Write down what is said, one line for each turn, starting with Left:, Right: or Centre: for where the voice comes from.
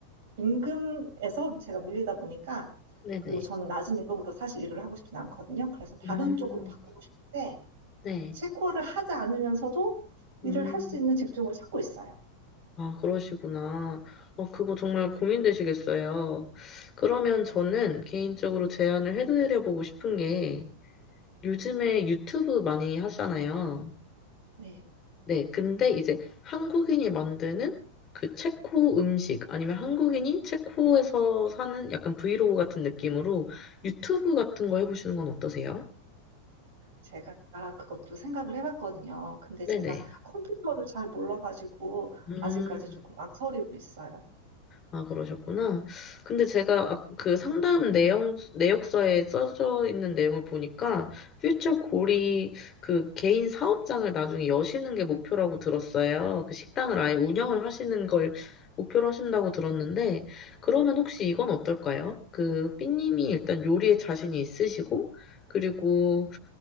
Right: 임금에서 제가 밀리다 보니까
Left: 네네.
Right: 그리고 저는 낮은 임금으로 사실 일을 하고 싶진 않거든요. 그래서 다른
Left: 음,
Right: 쪽으로 바꾸고 싶은데
Left: 네.
Right: 체코를 하지 않으면서도 일을
Left: 음,
Right: 할 수 있는 직종을 찾고 있어요.
Left: 아, 그러시구나. 어, 그거 정말 고민되시겠어요. 그러면
Right: 네.
Left: 저는 개인적으로 제안을 해드려보고 싶은 게 요즘에 유튜브 많이 하잖아요.
Right: 네.
Left: 네. 근데 이제 한국인이 만드는 그 체코 음식 아니면 한국인이 체코에서 사는 약간 브이로그 같은 느낌으로 유튜브 같은 거 해보시는 건 어떠세요?
Right: 제가 그것도 생각을 해봤거든요. 근데
Left: 네네.
Right: 제가 컴퓨터를 잘 몰라가지고
Left: 음.
Right: 아직까지 조금 망설이고 있어요.
Left: 아, 그러셨구나. 근데 제가 아- 그 상담 내용, 내역서에 써져 있는 내용을 보니까 퓨처 골이 그 개인 사업장을 나중에 여시는 게 목표라고 들었어요. 그 식당을 아예 운영을
Right: 네.
Left: 하시는 걸 목표로 하신다고 들었는데, 그러면 혹시 이건 어떨까요? 그 삐님이 일단 요리에 자신이 있으시고, 그리고